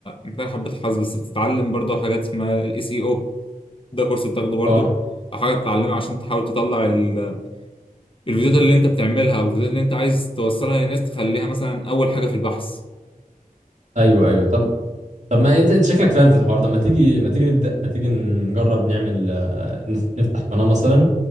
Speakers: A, on the left (about 35°); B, on the right (about 55°).
A: انت حبه حظ بس بتتعلم برضه حاجات اسمها الاس اي او ده كورس بتاخده برضه
B: اه
A: او حاجه بتتعلمها عشان تحاول تطلع ال- الفيديوهات اللي انت بتعملها او الفيديوهات اللي انت عايز توصلها للناس تخليها مثلا اول حاجه في البحث
B: ايوه ايوه طب طب ما انت أنت شكلك فاهم في الحوار ده ما تيجي ما تيجي نبدا ما تيجي نجرب نعمل آه، نف- نفتح قناه مثلا